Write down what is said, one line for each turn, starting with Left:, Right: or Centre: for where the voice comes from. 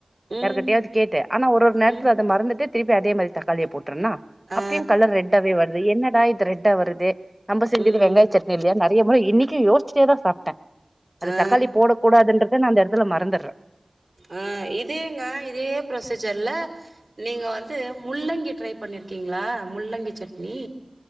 Right: ம்
Centre: யார்கிட்டயாவது கேட்டு ஆனா ஒரு ஒரு நேரத்துல
Right: ம்
Centre: அத மறந்துட்டு திருப்பி அதே மாரி தக்காளியை போட்ருனா
Right: ஆ
Centre: அப்பயு கலர் ரெட்டாவே வருது என்னடா இது ரெட்டா வருதே நம்ம செஞ்சது
Right: ம்
Centre: வெங்காய் சட்னி இல்லையா நெறைய முறை இன்னைக்கு யோசிட்டே தா சாப்ட்ட அது
Right: ஆ
Centre: தக்காளி போட கூடாதுன்றத நா அந்த எடத்துல மறந்துற
Right: ஆ இதேங்க இதே ஃப்ரொசீஜர்ல நீங்க வந்து முள்ளங்கி ட்ரை பண் ணிருக்கீங்களா முள்ளங்கி சட்னி